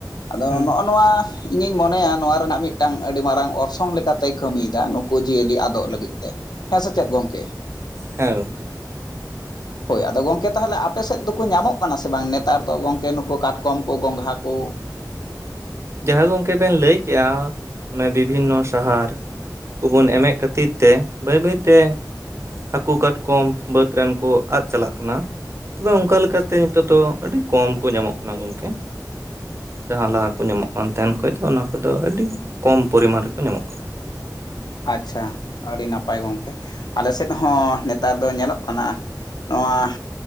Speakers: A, on the left; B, on the right.
A: ᱟᱫᱚ
B: ᱦᱩᱸ
A: ᱱᱚᱜᱼᱚ ᱱᱚᱣᱟ ᱤᱧᱤᱧ ᱢᱚᱱᱮᱭᱟ ᱱᱚᱣᱟ ᱨᱮᱱᱟᱜ ᱢᱤᱫᱴᱟᱝ ᱟᱹᱰᱤ ᱢᱟᱨᱟᱝ ᱚᱨᱥᱚᱝ ᱞᱮᱠᱟ ᱛᱮᱭ ᱠᱟᱹᱢᱤᱭᱮᱫᱟ ᱱᱩᱠᱩ ᱡᱤᱭᱟᱹᱞᱤ ᱟᱫᱚᱜ ᱞᱟᱹᱜᱤᱫ ᱛᱮ᱾ ᱦᱮᱸ ᱥᱮ ᱪᱮᱫ ᱜᱚᱝᱠᱮ?
B: ᱦᱮᱸ ᱜᱚᱝᱠᱮ᱾
A: ᱦᱳᱭ᱾ ᱟᱫᱚ ᱜᱚᱢᱠᱮ ᱛᱟᱦᱚᱞᱮ ᱟᱯᱮ ᱥᱮᱫ ᱫᱚᱠᱚ ᱧᱟᱢᱚᱜ ᱠᱟᱱᱟ ᱥᱮ ᱵᱟᱝ ᱱᱮᱛᱟᱨ ᱫᱚ ᱜᱚᱢᱠᱮ ᱱᱩᱠᱩ ᱠᱟᱴᱠᱚᱢ ᱠᱚ ᱜᱚᱝᱜᱷᱟ ᱠᱚ?
B: ᱡᱟᱦᱟᱸ ᱜᱚᱢᱠᱮ ᱵᱮᱱ ᱞᱟᱹᱭ ᱠᱮᱜᱼᱟ ᱚᱱᱮ ᱵᱤᱵᱷᱤᱱᱱᱚ ᱥᱟᱦᱟᱨ᱾ ᱠᱚᱵᱚᱱ ᱮᱢᱮᱫ ᱠᱷᱟᱹᱛᱤᱨ ᱛᱮ ᱵᱟᱹᱭ ᱵᱟᱹᱭ ᱛᱮ ᱦᱟᱹᱠᱩ ᱠᱟᱴᱠᱚᱢ ᱵᱟᱹᱫᱽ ᱨᱮᱱ ᱠᱚ ᱟᱫᱽ ᱪᱟᱞᱟᱜ ᱠᱟᱱᱟ᱾ ᱛᱚᱵᱮ ᱚᱱᱠᱟ ᱞᱮᱠᱟᱛᱮ ᱱᱤᱛᱚᱜ ᱫᱚ ᱟᱹᱰᱤ ᱠᱚᱢ ᱠᱚ ᱧᱟᱢᱚᱜ ᱠᱟᱱᱟ ᱜᱚᱢᱠᱮ᱾ ᱡᱟᱦᱟᱸ ᱞᱟᱦᱟ ᱠᱚ ᱧᱟᱢᱚᱜ ᱠᱟᱱ ᱛᱟᱦᱮᱸᱱ ᱠᱷᱚᱱ ᱫᱚ ᱚᱱᱟ ᱠᱚᱫᱚ ᱟᱹᱰᱤ ᱠᱚᱢ ᱯᱚᱨᱤᱢᱟᱱ ᱨᱮᱠᱚ ᱧᱟᱢᱚᱜ ᱠᱟᱱᱟ᱾
A: ᱟᱪᱪᱷᱟ ᱟᱹᱰᱤ ᱱᱟᱯᱟᱭ ᱜᱚᱢᱠᱮ ᱟᱞᱮ ᱥᱮᱫ ᱦᱚᱸ ᱱᱮᱛᱟᱨ ᱫᱚ ᱧᱮᱞᱚᱜ ᱠᱟᱱᱟ᱾ ᱱᱚᱣᱟ